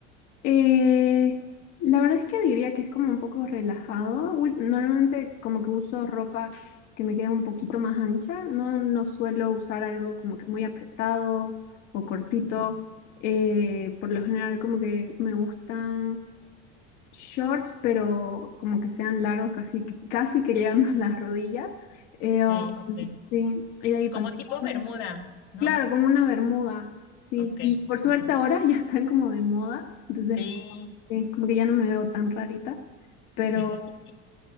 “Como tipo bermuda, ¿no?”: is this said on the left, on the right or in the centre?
Left